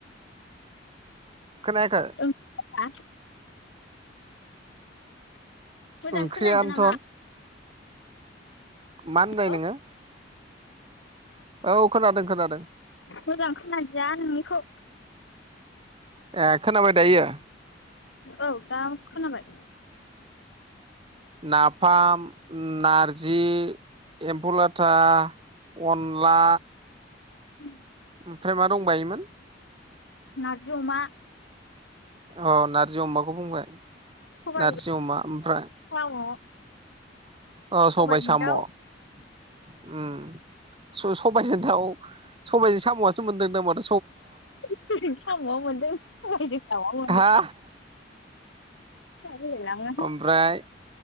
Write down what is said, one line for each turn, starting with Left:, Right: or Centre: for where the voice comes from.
Right: खोनायाखै
Left: ओंख्रिफोरा मोजां
Right: ओंख्रियानोथ
Left: खोनादिया नामा
Right: मा होननाय
Left: औ
Right: नोङो औ खोनादों खोनादों
Left: मोजां खोनाया नोंनिखौ
Right: ए खोनबाय दायो
Left: औ दा खोनाबाय
Right: नाफाम, नारजि एम्फौ लाथा अनला
Left: <inaudible>
Right: ओमफ्राय मा दंबायोमोन
Left: नारजि अमा
Right: अ नारजि अमाखौ बुंबाय
Left: सबाइ
Right: नारजि अमा ओमफ्राय
Left: साम'
Right: अ
Left: सबाइजों
Right: सबाइ साम'
Left: दाउ
Right: उम सबायजों दाउ सबायजों साम'आसो मोनदों दा माथ
Left: साम'आ मोनदों सबायजों साम मोन <unintelligible>
Right: हा
Left: होलायलाङोहाय
Right: ओमफ्राय